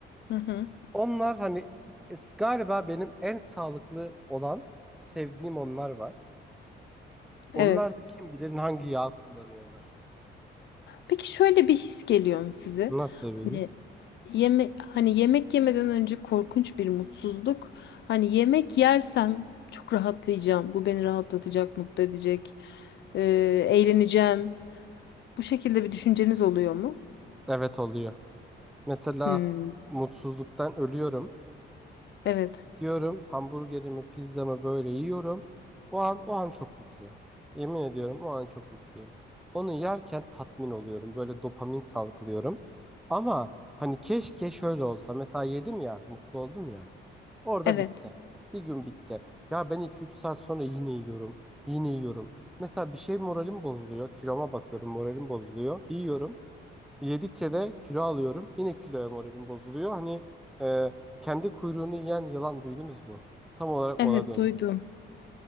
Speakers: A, on the left; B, in the centre.
A: Hı hı.
B: Onlar hani e, galiba benim en sağlıklı olan sevdiğim onlar var. Onlar
A: Evet.
B: da kim bilir hangi yağ kullanıyorlar.
A: Peki şöyle bir his geliyor mu size?
B: Nasıl
A: Hani
B: bir his?
A: yeme hani yemek yemeden önce korkunç bir mutsuzluk. Hani yemek yersem çok rahatlayacağım. Bu beni rahatlatacak, mutlu edecek. e, eğleneceğim. Bu şekilde bir düşünceniz oluyor mu?
B: Evet oluyor. Mesela
A: Hmm,
B: mutsuzluktan ölüyorum.
A: evet.
B: diyorum hamburgerimi, pizzamı böyle yiyorum. O an o an çok mutluyum. Yemin ediyorum o an çok mutluyum. Onu yerken tatmin oluyorum. Böyle dopamin salgılıyorum. Ama hani keşke şöyle olsa. Mesela yedim ya, mutlu oldum ya. Orada
A: Evet.
B: bitse. Bir gün bitse. Ya ben iki üç saat sonra yine yiyorum. Yine yiyorum. Mesela bir şey moralim bozuluyor. Kiloma bakıyorum, moralim bozuluyor. Yiyorum. Yedikçe de kilo alıyorum. Yine kiloya moralim bozuluyor. Hani e, kendi kuyruğunu yiyen yılan duydunuz mu? Tam olarak
A: Evet
B: ona döndü.
A: duydum.